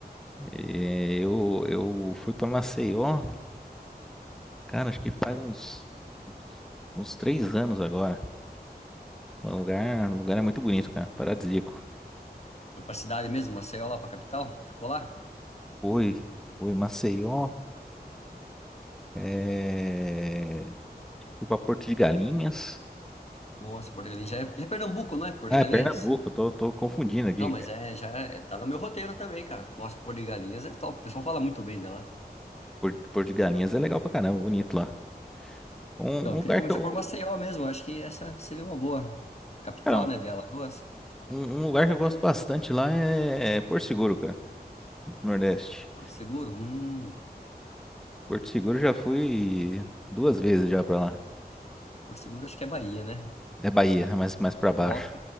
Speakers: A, in the centre; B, on the left.
A: É, eu, eu fui pra Maceió, cara, acho que faz uns, uns três anos agora. O lugar, o lugar é muito bonito, cara. Paradisíaco.
B: foi pra cidade mesmo, Maceió lá pra capital. Ficou lá.
A: Fui, fui Maceió, é, fui pra Porto de Galinhas.
B: Nossa, Porto de Galinhas já é, já é Pernambuco, não é? Porto
A: Ah,
B: de
A: é
B: Galinhas?
A: Pernambuco, eu tô, tô confundindo aqui,
B: Não, mas
A: cara.
B: é, já é, tá no meu roteiro também, cara. Nossa, Porto de Galinhas é top. O pessoal fala muito bem dela.
A: Por- Porto de Galinhas é legal pra caramba, bonito lá. Um,
B: Então,
A: um
B: eu
A: lugar
B: queria começar
A: que eu,
B: por Maceió mesmo. Acho que essa seria uma boa capital,
A: é
B: né, de Alagoas.
A: Um, um lugar que eu gosto bastante lá é é Porto Seguro, cara, Nordeste.
B: Porto Seguro? Hum,
A: Porto Seguro já fui duas vezes já pra lá.
B: Porto Seguro acho que é Bahia, né?
A: É Bahia, é mais, mais pra baixo.
B: Top.